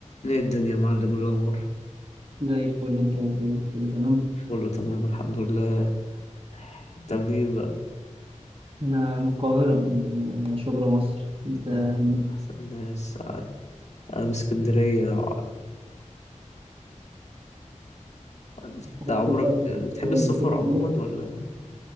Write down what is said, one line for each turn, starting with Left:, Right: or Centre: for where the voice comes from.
Left: ايه الدنيا يا معلم إيه الأخبار
Right: زي الفل انت ايه الدنيا كله تمام
Left: شغل تمام الحمد لله انت منين بقى؟
Right: انا من القاهرة من من شبرا مصر انت
Left: قال
Right: من
Left: أحسن ناس أنا من اسكندرية انت
Right: أنا
Left: عمرك
Right: كل ده في اسكندرية
Left: بتحب السفر
Right: أنا كل
Left: عموما
Right: ما-
Left: ولا؟